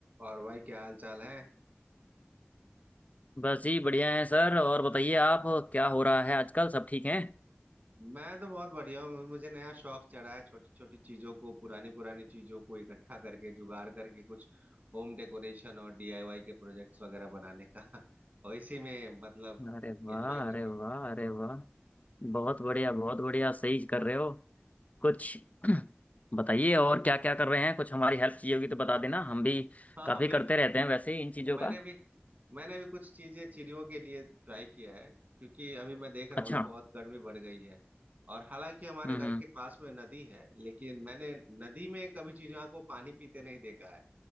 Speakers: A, on the right (about 45°); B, on the left (about 40°).
A: और भाई क्या हाल चाल है
B: बस जी बढ़िया है सर और बताइए आप क्या हो रहा है आजकल सब ठीक हैं
A: मैं तो बहुत बढ़िया हूँ मुझे नया शौक चढ़ा है छोटी छोटी चीजों को पुरानी पुरानी चीजों को इकट्ठा करके जुगाड़ करके कुछ होम डेकोरेशन और डीआईवाई के प्रोजेक्ट्स वगैरह बनाने का <laughs> और इसी में मतलब
B: अरे वाह
A: एंजॉय कर
B: अरे
A: रहा
B: वाह
A: हूँ
B: अरे वाह बहुत बढ़िया बहुत बढ़िया सही कर रहे हो कुछ <clears throat> बताइए और क्या क्या कर रहे हैं कुछ हमारी हेल्प चाहिए होगी तो बता देना हम भी
A: हाँ
B: काफी
A: हाँ बिल्कुल
B: करते रहते
A: बिल्कुल
B: हैं वैसे ही इन चीजों
A: मैंने
B: का
A: भी मैंने भी कुछ चीजें चिड़ियों के लिए ट्राई किया है क्योंकि अभी मैं देख रहा
B: अच्छा
A: हूँ ना बहुत गर्मी बढ़ गई है और हालांकि हमारे
B: हम्म
A: घर
B: हम्म
A: के पास में नदी है लेकिन मैंने नदी में कभी चिड़िया को पानी पीते नहीं देखा है